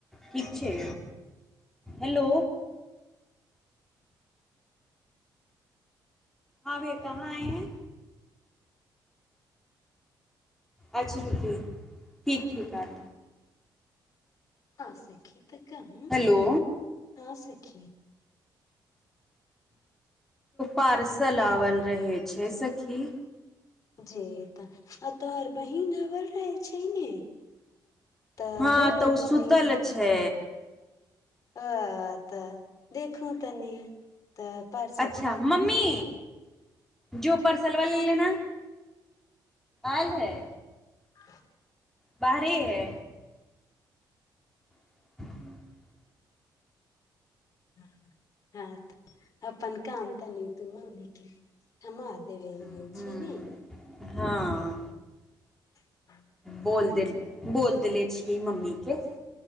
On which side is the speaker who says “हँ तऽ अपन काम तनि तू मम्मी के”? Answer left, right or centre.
Left